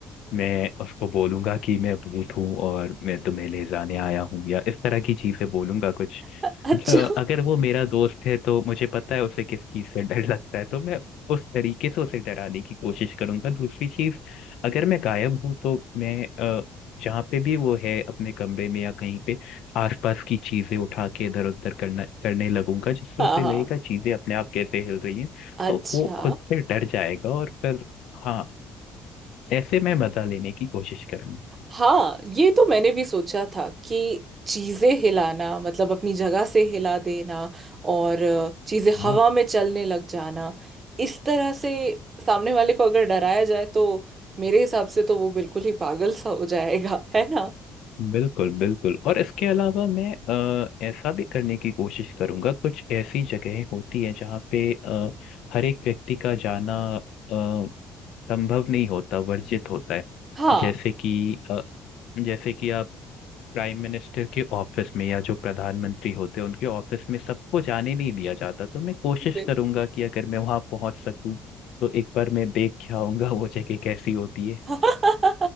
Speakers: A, on the left; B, on the right.
A: मैं उसको बोलूंगा कि मैं भूत हूँ और मैं तुम्हें ले जाने आया हूँ या इस तरह की चीजें बोलूंगा कुछ
B: <laughs> अच्छा
A: अ, अगर वो मेरा दोस्त है तो मुझे पता है उसे किस चीज से डर लगता है तो मैं उस तरीके से उसे डराने की कोशिश करूंगा दूसरी चीज अगर मैं गायब हूँ तो मैं अ, जहाँ पे भी वो है अपने कमरे में या कहीं पे आसपास की चीजें उठा के इधर उधर करना करने लगूंगा जिससे
B: हाँ
A: उसे
B: हाँ
A: लगेगा चीजें अपने आप कैसे हिल रही हैं
B: अच्छा
A: तो वो खुद से डर जाएगा और फिर हाँ ऐसे मैं मजा लेने की कोशिश करूंगी
B: हाँ ये तो मैंने भी सोचा था कि चीजें हिलाना मतलब अपनी जगह से हिला देना और अ, चीजें
A: हाँ
B: हवा में चलने लग जाना इस तरह से सामने वाले को अगर डराया जाए तो मेरे हिसाब से तो वो बिल्कुल ही पागल सा हो जाएगा <laughs> है ना
A: बिल्कुल बिल्कुल और इसके अलावा मैं अ, ऐसा भी करने की कोशिश करूंगा कुछ ऐसी जगहें होती है जहाँ पे अ, हर एक व्यक्ति का जाना अ, संभव नहीं होता वर्जित होता है
B: हाँ
A: जैसे कि अ, जैसे कि आप प्राइम मिनिस्टर के ऑफिस में या जो प्रधानमंत्री होते हैं उनके ऑफिस में सबको जाने नहीं दिया जाता तो मैं कोशिश
B: बिल
A: करूंगा कि अगर मैं वहां पहुंच सकूं तो एक बार मैं देख के आऊंगा वो जगह कैसी होती है
B: <laughs>